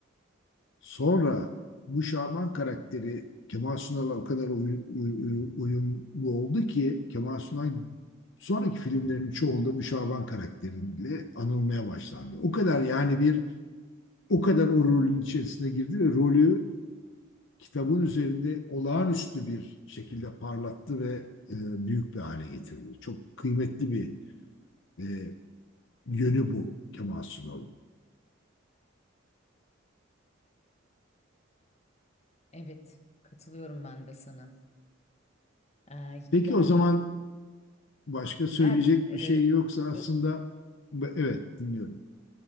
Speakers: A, on the left; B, on the left.
A: Sonra bu Şaban karakteri Kemal Sunal'a o kadar uy- uy- uyumlu oldu ki Kemal Sunal sonraki filmlerin çoğunda bu Şaban karakteriyle anılmaya başlandı. O kadar yani bir o kadar o rolün içerisine girdi ve rolü kitabın üzerinde olağanüstü bir şekilde parlattı ve e, büyük bir hale getirdi. Çok kıymetli bir e, yönü bu Kemal Sunal'ın.
B: Evet, katılıyorum ben de sana. Ee,
A: Peki
B: yani
A: o zaman Başka söyleyecek
B: her e,
A: bir şey yoksa aslında
B: ro-
A: evet dinliyorum.